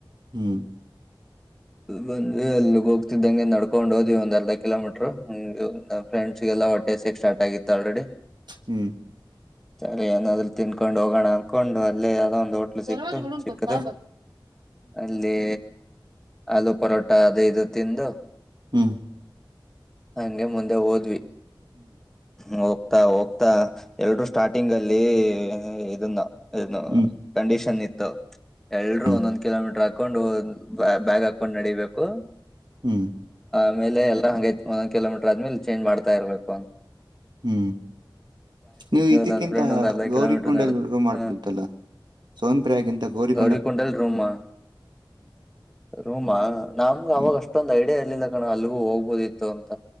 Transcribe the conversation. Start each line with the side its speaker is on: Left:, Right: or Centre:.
Right: ಹ್ಮ್
Centre: ಬಂದಿವೆ ಅಲ್ಲೇ ಹೋಗ್ತಿದ್ದಂಗೆ ನಡ್ಕೊಂಡ್ ಹೋದ್ವಿ ಅರ್ಧ ಕಿಲೋಮೀಟರ್ ಹೂ ಫ್ರೆಂಡ್ಸ್ ಗೆಲ್ಲ ಹೊಟ್ಟೆ ಹಸಿವು ಸ್ಟಾರ್ಟ್ ಆಗ್ಬಿಟ್ಟಿತ್ತು ಆಲ್ರೆಡಿ
Right: ಹೂ
Centre: ಸರಿ ಏನಾದ್ರೂ ತಿಂದುಕೊಂಡ ಹೋಗೋಣ ಅಂದಕೊಂಡು ಅಲ್ಲೇ ಏನರ ಹೋಟೆಲ್ ಸಿಕ್ತು
Right: ಹ್ಮ್ ಹ್ಮ್ ಹ್ಮ್ ಹ್ಮ್
Centre: ಚಿಕ್ಕದು ಅಲ್ಲಿ ಆಲೂ ಪರೋಟ ಅದು ಇದು ತಿಂದು
Right: ಹು
Centre: ಹಂಗೆ ಮುಂದೆ ಹೋದ್ವಿ ಒ ಹೋಗ್ತಾ ಹೋಗ್ತಾ ಎರಡು ಸ್ಟಾರ್ಟಿಂಗ್ ಅಲ್ಲಿ ಇದನ್ನ ಇನ್ನು
Right: ಹ್ಮ್
Centre: ಕಂಡೀಷನ್ ಇತ್ತ ತೋ ಎಲ್ರೂ
Right: ಹ್ಮ್
Centre: ಒಂದೊಂದು ಕಿಲೋ ಹಕೊಂಡು ಬ್ಯಾಗ ಹಕೊಂಡು ನಡೆಯಬೇಕು
Right: ಹೂ
Centre: ಆಮೇಲೆ ಎಲ್ಲ ಹಂಗೆ ಒಂದ ಕಿಲೋಮೀಟರ್ ಆದ್ಮೇಲೆ ಚೇಂಜ್ ಮಾಡ್ತಾ ಇರಬೇಕು
Right: ಹು ನೀವು ಇದಕ್ಕಿಂತ
Centre: ನನ್ ಫ್ರೆಂಡ್ ಒಂದ್ ಅರ್ಧ
Right: ಗೌರಿ
Centre: ಕಿಲೋಮೀಟರ್
Right: ಕುುಂಡಲ್
Centre: ನಡ್
Right: ರೂಮ್ ಮಾಡಬಹುದಾಗಿತ್ತಲ್ಲ
Centre: ಹ್ಮ್
Right: ಸೋನ್ಪ್ರಿಯದ ಗೌರಿ
Centre: ಗೌರಿ ಕುಂಡಲ್ ರೂಮಾ? ರೂಮಾ, ನಮಗ್ ಅವಾಗ
Right: ಹ್ಮ್
Centre: ಅಷ್ಟೊಂದ ಐಡಿಯ ಗೊತ್ತೇ ಇರ್ಲಿಲ್ಲ ಕಣೋ, ಅಲ್ಲಿಗೂ ಹೋಗ್ಬೋದಿತ್ತು ಅಂತ.